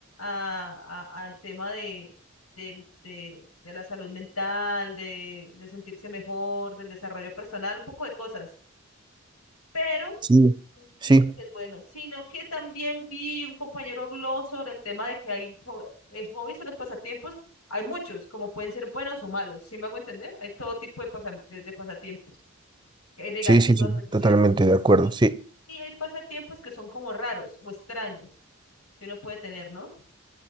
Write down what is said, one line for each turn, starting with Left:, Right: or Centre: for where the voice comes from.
Left: a- al tema de, del- de, de la salud mental, de, de sentirse mejor, del desarrollo personal, un poco de cosas. Pero
Right: Sí. Sí,
Left: dicen que es bueno, sino que también vi un compañero habló sobre el tema de que hay jo- eh, hobbies o los pasatiempos, hay muchos, como pueden ser buenos o malos, ¿sí me hago entender? Hay todo tipo de, pasa- de, de pasatiempos, eh, negativos,
Right: sí, sí, sí,
Left: positivos.
Right: totalmente de acuerdo.
Left: Y,
Right: Sí,
Left: y hay pasatiempos que son como raros o extraños que uno puede tener, ¿no?